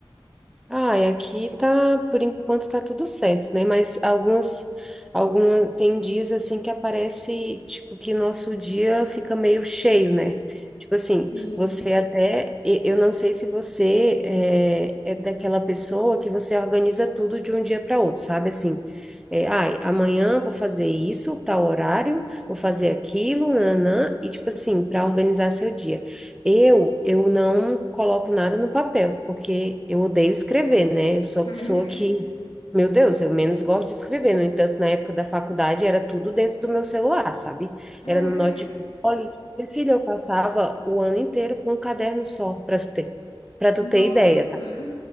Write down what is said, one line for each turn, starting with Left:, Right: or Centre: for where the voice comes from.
Centre: Ah, e aqui tá, por enquanto tá tudo certo, né? Mas algumas, algumas, tem dias assim que aparece, tipo, que nosso dia fica meio cheio, né? Tipo assim,
Left: Sim,
Centre: você até, e- eu não sei se você é, é daquela pessoa que você organiza tudo de um dia para outro, sabe? Assim, é, ai, amanhã vou fazer isso, tal horário, vou fazer aquilo, nanã, e tipo assim, para organizar seu dia. Eu, eu não coloco nada no papel, porque eu odeio escrever, né? Eu sou
Left: ah,
Centre: a pessoa
Left: é,
Centre: que, meu Deus, eu menos gosto de escrever. No entanto, na época da faculdade era tudo dentro do meu celular, sabe?
Left: <laughs> ah,
Centre: Era no
Left: é.
Centre: notebook. Olha, minha filha, eu passava o ano inteiro com um caderno só, para tu ter, para tu
Left: Nossa,
Centre: ter ideia, tá?